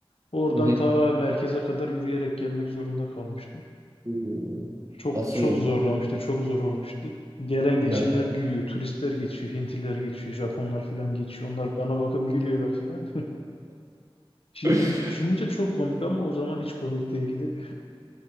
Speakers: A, on the left; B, on the right.
A: Oradan
B: Hı hı.
A: ta merkeze kadar yürüyerek gelmek zorunda kalmıştım.
B: Oo,
A: Çok
B: Tatsız
A: çok
B: oldu.
A: zorlamıştı, çok zor olmuştu. Gelen
B: Ya.
A: geçenler gülüyor, turistler geçiyor, Hintliler geçiyor, Japonlar falan geçiyor. Onlar bana bakıp gülüyorlar falan. <laughs> Şimdi
B: <laughs>
A: düşününce çok komik ama o zaman hiç komik değildi.